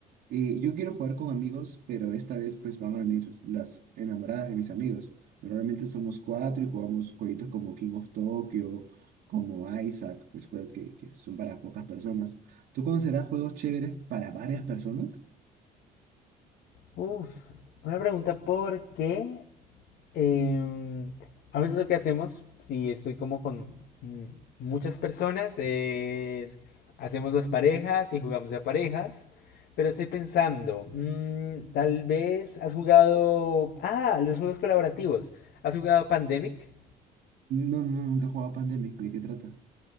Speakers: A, on the right; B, on the left.
A: eh, yo quiero jugar con amigos, pero esta vez pues van a venir las enamoradas de mis amigos. Normalmente somos cuatro y jugamos jueguitos como King of Tokyo, como Isaac, pues juegos que, que son para pocas personas. ¿Tú conocerás juegos chéveres para varias personas?
B: Uf, una pregunta, ¿por qué Em, a veces lo que hacemos, si estoy como con mm, muchas personas, es hacemos las parejas y jugamos de a parejas. Pero estoy pensando, mm, tal vez has jugado... Ah, los juegos colaborativos. ¿Has jugado Pandemic?
A: No, no, nunca he jugado Pandemic, ¿de qué trata?